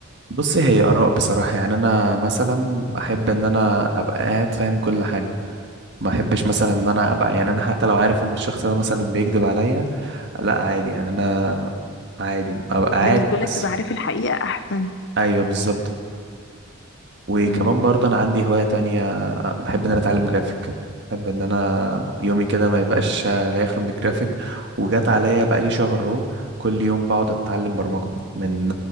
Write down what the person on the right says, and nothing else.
بص هي آراء بصراحة يعني أنا مثلا أحب إن أنا أبقى قاعد فاهم كل حاجة ما أحبش مثلا إن أنا أبقى يعني
أنا حتى لو عارف إن الشخص ده مثلا بيكذب عليا لا عادي يعني انا عادي ابقى
عارف
بس
ايوه بالظبط وكمان
برضه انا عندي هواية تانية بحب ان انا اتعلم جرافيك بحب ان انا يومي كده ما يبقاش لا يخلو من الجرافيك وجات عليا بقالي شهر اهو كل يوم بقعد اتعلم برمجة من